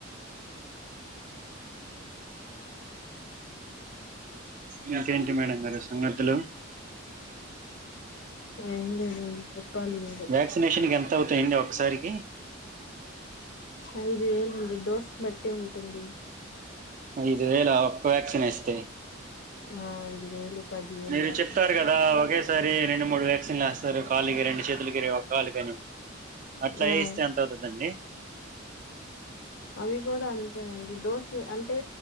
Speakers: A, on the right; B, on the left.
A: ఇంకేంటి మేడం గారు సంగతులు
B: ఏం లేదండి చెప్పాలి మీరే
A: వ్యాక్సినేషన్కి ఎంత అవుతాయండి ఒకసారికి
B: ఐదు వేలు అండి డోస్ కి బట్టి ఉంటుంది
A: ఐదు వేల ఒక్క వ్యాక్సిన్ వేస్తే
B: ఆ ఐదు వేలు పదివేలు
A: మీరు
B: దాకుంటాయి
A: చెప్పారు కదా ఒకే ఒకసారి రెండు మూడు వ్యాక్సిన్లు వేస్తారు కాలుకి రెండు చేతులకి ఒక కాలు కనీ అట్లా
B: ఆ
A: వేస్తే ఎంత అవుతుందండి
B: అవి కూడా అంతేనండి డోస్ ని అంటే